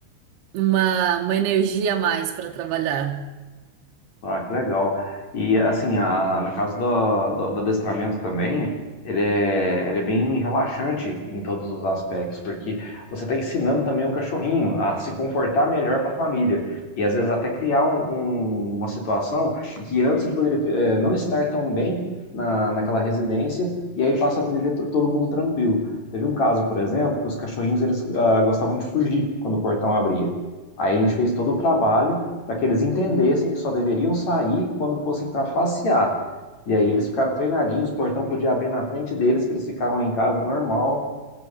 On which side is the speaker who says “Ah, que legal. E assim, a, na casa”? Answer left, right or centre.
Left